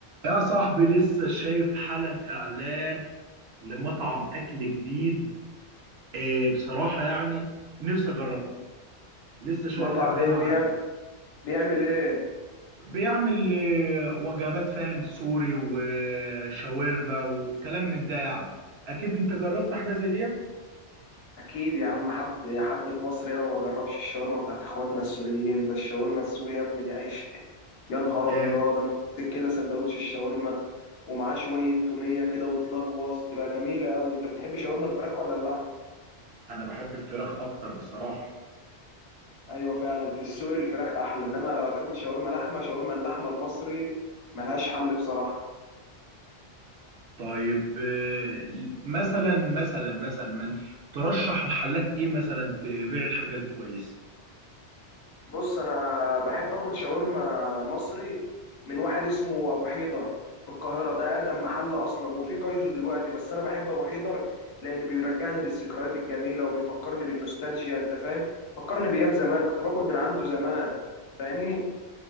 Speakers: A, on the right; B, on the left.
A: يا صاحبي لسه شايف حالا اعلان لمطعم اكل جديد إيه، بصراحة يعني نفسي اجربه لسه شايف
B: مطعم
A: اعلان
B: ايه
A: عنه
B: بيعمل بيعمل ايه
A: بيعمل إيه، وجبات فاهم سوري وشاورما والكلام من ده يعني اكيد انت جربت حاجة زي ديت
B: اكيد يا عم حد حد في مصر هنا ما جربش الشاورما بتاعت اخواتنا السوريين ده الشاورما السوري يا ابني دي عيش يا نهار
A: آه،
B: ابيض اما تمسك كده سندوتش الشاورما ومعاه شويه توميه كده وتلغوص تبقى جميله قوي انت بتحب شاورما الفراخ ولا اللحمه
A: انا بحب الفراخ اكتر بصراحة
B: ايوه فعلا في السوري الفراخ احلى انما لو هتاكل شاورما لحمه شاورما اللحمه المصري ملهاش حل بصراحه
A: طيب آه، مثلا مثلا مثلا من ترشح محلات ايه مثلا تبيع الحاجة دي كويسة
B: بص انا بحب اكل شاورما مصري من واحد اسمه ابو حيدر في القاهره ده اقدم محل اصلا وفي كايزو دلوقتي بس انا بحب ابو حيدر لان بيرجعني للذكريات الجميله وبيفكرني بالنوستالجيا انت فاهم فكرني بايام زمان كنت باكل من عنده زمان فاهمني